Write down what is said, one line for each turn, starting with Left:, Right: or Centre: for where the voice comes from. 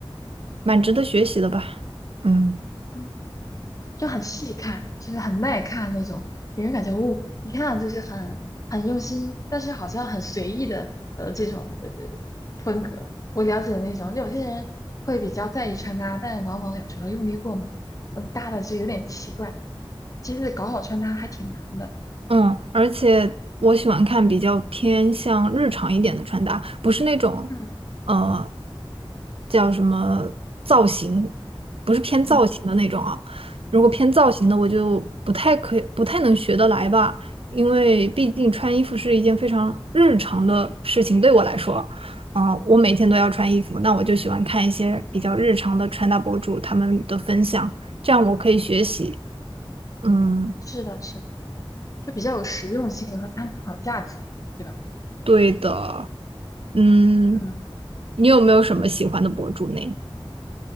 Right: 蛮值得学习的吧。嗯。
Left: 嗯。就很细看，就是很耐看那种，给人感觉哦，一看就是很很用心，但是好像很随意的呃这种呃风格。我了解的那种，有些人会比较在意穿搭，但是往往有时候用力过猛，呃，搭的就有点奇怪。其实搞好穿搭还挺难的。
Right: 嗯，而且我喜欢看比较偏向日常一点的穿搭，不是那种，
Left: 嗯
Right: 呃，叫什么造型，不是偏造型的那种啊。
Left: 嗯
Right: 如果偏造型的，
Left: 嗯
Right: 我就不太可以，不太能学得来吧，因为毕竟穿衣服是一件非常日常的事情，
Left: 嗯，
Right: 对我来说，啊、我每天都要穿衣服，那我就喜欢看一些比较日常的穿搭博主他们的分享，这样我可以学习。嗯。
Left: 是的，是的，就比较有实用性和参考价值，对吧？
Right: 对的，嗯，
Left: 嗯。
Right: 你有没有什么喜欢的博主呢？